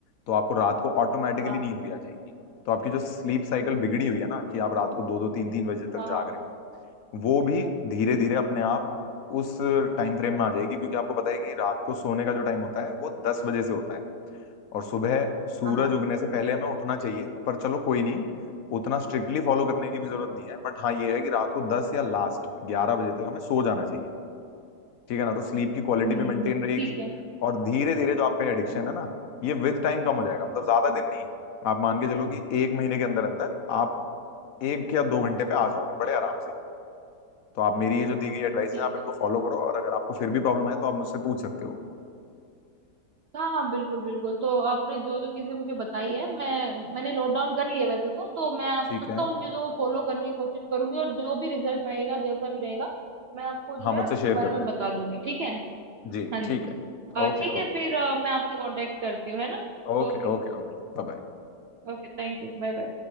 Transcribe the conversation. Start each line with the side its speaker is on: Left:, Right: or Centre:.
Left: तो आपको रात को ऑटोमेटिकली
Right: हाँ
Left: नींद भी आ जाएगी तो आपकी जो स्लीप साइकिल बिगड़ी हुई है ना कि आप रात को दो दो तीन तीन बजे तक
Right: हाँ हाँ
Left: जाग रहे हो वो भी धीरे
Right: हम्म
Left: धीरे अपने आप उस टाइम फ्रेम में आ जाएगी क्योंकि आपको पता है कि रात को सोने का जो टाइम होता है वो दस बजे से होता है और सुबह सूरज
Right: हाँ हाँ
Left: उगने से पहले हमें उठना चाहिए पर चलो कोई नहीं उतना स्ट्रिक्टली फॉलो करने की भी जरूरत नहीं है बट हाँ ये है कि रात को दस या लास्ट ग्यारह बजे तक हमें सो जाना चाहिए ठीक है ना तो स्लीप की क्वालिटी
Right: हम्म
Left: भी मेंटेन
Right: हम्म हम्म,
Left: रहेगी
Right: ठीक है
Left: और धीरे धीरे जो आपका एडिक्शन
Right: हम्म,
Left: है ना ये विद टाइम कम हो जाएगा मतलब ज्यादा
Right: हम्म,
Left: दिन नहीं आप मान के चलो कि एक महीने के अंदर अंदर आप एक या दो घंटे पे आ जाओगे बड़े आराम से तो आप मेरी ये जो दी गई एडवाइस
Right: ठीक
Left: है आप इनको
Right: है
Left: फॉलो करो और अगर आपको फिर भी प्रॉब्लम है तो आप मुझसे पूछ सकते हो
Right: हाँ हाँ बिल्कुल बिल्कुल तो आपने जो जो चीजें मुझे बताई है मैं मैंने नोट डाउन कर लिया वैसे तो तो मैं आप
Left: ठीक
Right: पक्का
Left: है
Right: उन चीजों को फॉलो करने की कोशिश करूंगी और जो भी रिजल्ट रहेगा जैसा भी रहेगा मैं आपको जो
Left: हाँ मुझसे
Right: है उसके
Left: शेयर
Right: बारे
Left: करना
Right: में बता दूंगी ठीक है
Left: जी
Right: हाँ
Left: ठीक
Right: जी
Left: है
Right: अ,
Left: Okay
Right: ठीक है
Left: okay
Right: फिर अ, मैं आपसे कांटेक्ट करती हूँ है ना
Left: Okay
Right: Okay
Left: okay okay Bye bye.
Right: okay thank you bye bye